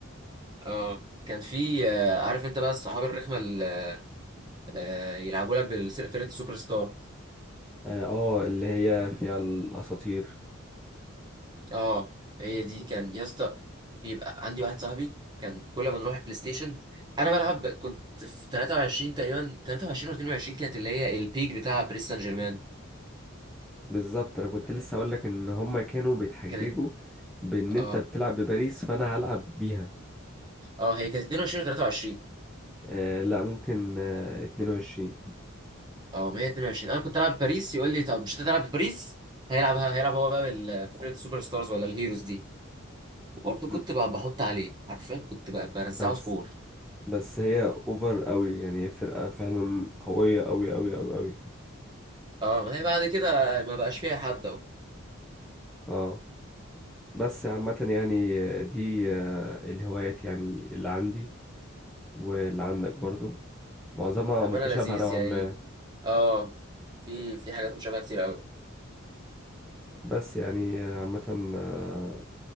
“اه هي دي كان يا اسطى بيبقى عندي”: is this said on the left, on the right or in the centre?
Right